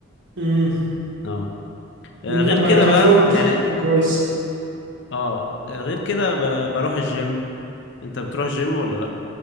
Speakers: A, on the right; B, on the left.
A: امم
B: اه آه،
A: من
B: غير
A: اما
B: كده
A: كان
B: بقى
A: في اوفر
B: يعني
A: وش ليك كان كويس
B: اه آه، غير كده ب- بروح الجيم انت بتروح الجيم ولا لا